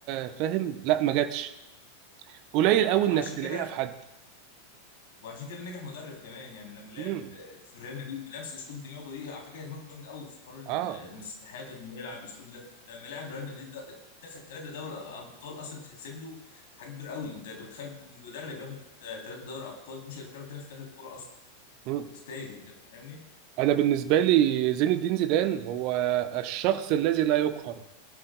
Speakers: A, on the right; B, on the left.
A: فاهم لا ما جاتش قليل قوي
B: وعشان
A: انك تلاقيها
B: كده
A: في حد
B: وعشان كده نجح مدرب كمان يعني لما لعب
A: امم
B: في ريال مدريد بنفس اسلوب دماغه دي على فكره دماغه جامده قوي في حوار
A: اه
B: المساحات وان هو يلعب بالاسلوب ده لما لعب ريال مدريد ده دخل ثلاثه دوري ابطال اصلا تتحسب له حاجه كبيره قوي انت انت بتخيل مدرب ياخد ثلاثه دوري ابطال مش هيتكرر تاني في تاريخ الكوره اصلا
A: مم.
B: متتالي انت فاهمني
A: انا بالنسبه لي زين الدين زيدان هو الشخص الذي لا يقهر